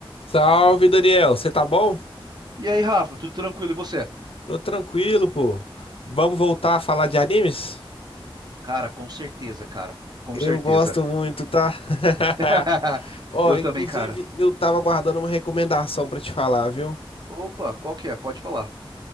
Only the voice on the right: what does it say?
E aí, Rafa, tudo tranquilo? E você?
Cara, com certeza, cara. Com
certeza.
<laughs>
Eu
também, cara.
Opa, qual que é? Pode falar.